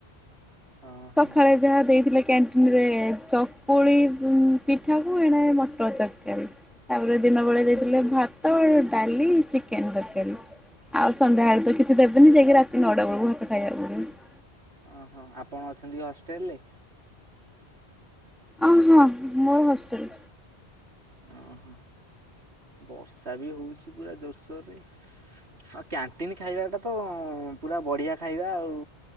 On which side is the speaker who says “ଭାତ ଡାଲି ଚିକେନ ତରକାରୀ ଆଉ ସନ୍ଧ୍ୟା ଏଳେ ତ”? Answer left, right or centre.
Centre